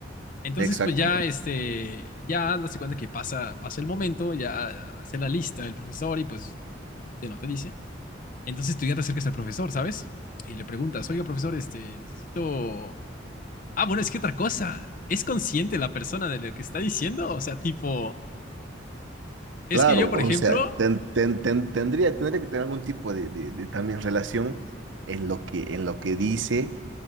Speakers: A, on the left (about 45°); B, on the right (about 75°).
A: Entonces,
B: exactamente.
A: pues ya, este, ya hace cuenta que pasa, pasa el momento, ya hace la lista el profesor y pues obviamente no te dice. Entonces tú ya te acercas al profesor, ¿sabes? Y le preguntas, oiga, profesor, este, necesito... Ah, bueno, es que otra cosa, ¿es consciente la persona de lo que está diciendo? O sea, tipo, es
B: Claro,
A: que yo, por
B: o
A: ejemplo...
B: sea, ten- ten- ten- tendría, tendría que tener algún tipo de, de- de también relación en lo que, en lo que dice